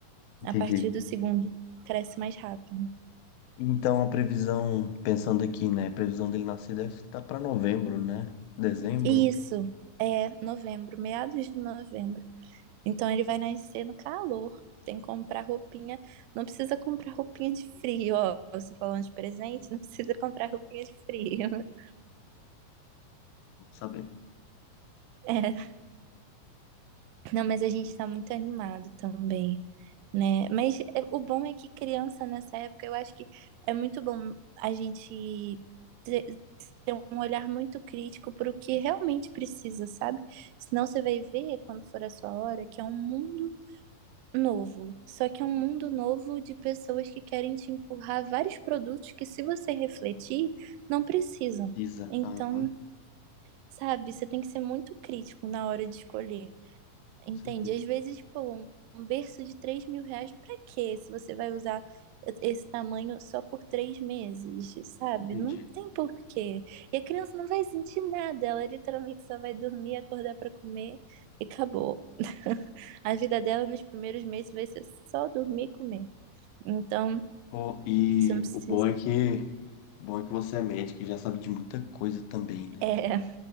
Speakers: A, on the left; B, on the right.
A: Entendi.
B: A partir do segundo, cresce mais rápido.
A: Então a previsão, pensando aqui, né? A previsão dele nascer deve estar para novembro, né? Dezembro,
B: E isso é novembro, meados de novembro. Então ele vai nascer no calor. Tem que comprar roupinha. Não precisa comprar roupinha de frio, ó. Você falando de presente, não precisa comprar roupinha de frio. <laughs>
A: não sabe?
B: É. Não, mas a gente tá muito animado também, né? Mas é, o bom é que criança nessa época, eu acho que é muito bom a gente ter ter um olhar muito crítico para o que realmente precisa, sabe? Senão você vai ver, quando for a sua hora, que é um mundo Novo, só que é um mundo novo de pessoas que querem te empurrar vários produtos que, se você refletir, não precisam.
A: Pisa.
B: Então,
A: Aham,
B: sabe, você tem que ser muito crítico na hora de escolher.
A: com
B: Entende?
A: certeza.
B: Às vezes, pô, um um berço de três mil reais, pra quê? Se você vai usar esse tamanho só por três meses, sabe?
A: Entendi.
B: Não tem porquê. E a criança não vai sentir nada, ela literalmente só vai dormir, acordar pra comer e acabou. <laughs> A vida dela nos primeiros meses vai ser só dormir e comer. Então,
A: Pô, e
B: isso não precisa.
A: o bom é que, o bom é que você é médico e já sabe de muita coisa também, né?
B: É,